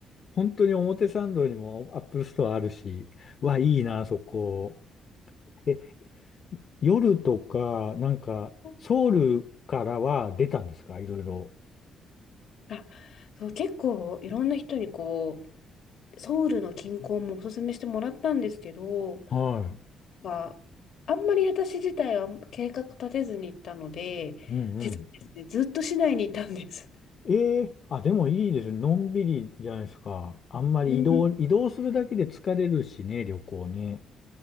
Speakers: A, on the left (about 50°); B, on the left (about 65°).
A: 本当に表参道にもアップルストアあるし。うわ、いいなー、そこ。え、夜とか、なんか、
B: <laughs>
A: ソウルからは出たんですかいろいろ。
B: あ、そう、結構いろんな人にこう、ソウルの近郊もおすすめしてもらったんですけど、
A: はい。
B: まあ、あんまり私自体は計画立てずに行ったので、
A: うんうん。
B: 実はですね、ずっと市内にいたんです。
A: ええあ、でもいいですね。のんびりじゃないですか。あんまり移動、
B: うん、
A: 移動するだけで疲れるしね、旅行ね。